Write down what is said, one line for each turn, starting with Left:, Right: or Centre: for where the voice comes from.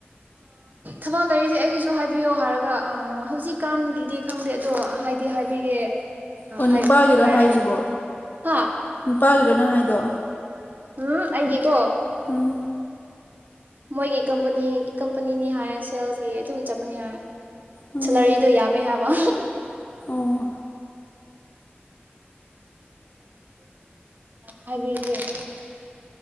Right: ꯊꯕꯥꯜ ꯂꯩꯔꯗꯤ ꯑꯩꯒꯤꯁꯨ ꯍꯥꯏꯕꯤꯌꯣ ꯍꯥꯏꯔꯒ ꯍꯧꯖꯤꯛꯀꯥꯟꯒꯤꯗꯤ ꯈꯪꯗꯦ ꯑꯗꯣ ꯍꯥꯏꯗꯤ ꯍꯥꯏꯕꯤꯒꯦ
Left: ꯑꯣ
Right: ꯍꯥꯏ
Left: ꯅꯨꯄꯥꯒꯤꯔꯣ
Right: ꯍꯥꯏꯔꯛꯑꯦ
Left: ꯍꯥꯏꯁꯤꯕꯣ
Right: ꯍꯥ
Left: ꯄꯥꯏ꯭ꯔꯣꯅꯪ ꯍꯥꯏꯗꯣ
Right: ꯎꯝ ꯑꯩꯒꯤ ꯀꯣ
Left: ꯎꯝ
Right: ꯃꯣꯏꯒꯤ ꯀꯝꯄꯅꯤ ꯀꯝꯄꯅꯤꯅꯤ ꯍꯥꯏ ꯁꯦꯜꯁꯀꯤ ꯑꯗꯨꯝ ꯆꯠꯄꯅꯤ ꯍꯥꯏ
Left: ꯎꯝ
Right: ꯁꯦꯂꯔꯤꯗꯣ ꯌꯥꯝꯃꯦ ꯍꯥꯏꯕ
Left: ꯑꯣ
Right: ꯍꯥꯏꯕꯤ <unintelligible>